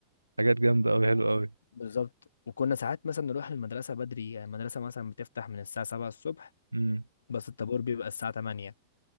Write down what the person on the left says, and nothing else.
و-
بالظبط وكنا ساعات مثلا نروح المدرسه بدري يعني المدرسه مثلا بتفتح من الساعه 7 الصبح
بس الطابور بيبقى الساعه 8